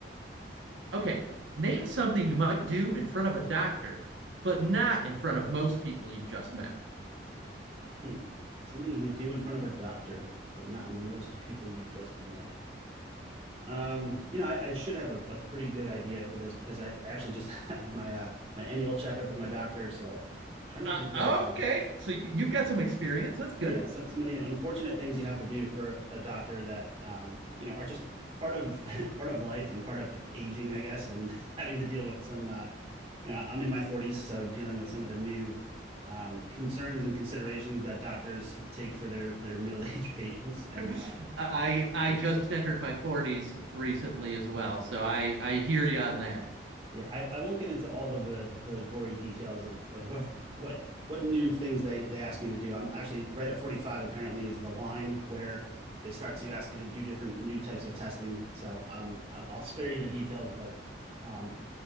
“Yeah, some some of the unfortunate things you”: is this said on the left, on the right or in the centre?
Right